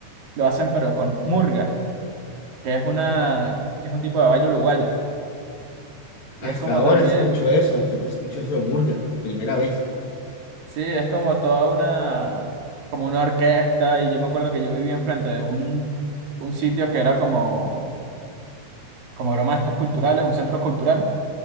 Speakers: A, on the right; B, on the left.
A: lo hacen pero con murga. que es una, que es un tipo de baile uruguayo. Y
B: Hasta
A: es como
B: ahora
A: también,
B: escucho eso, hasta ahora escucho eso de Murga, primera vez.
A: sí, es como toda una, como una orquesta. Y yo me acuerdo que yo vivía enfrente de un, un sitio que era como, como bromas estas culturales, un centro cultural.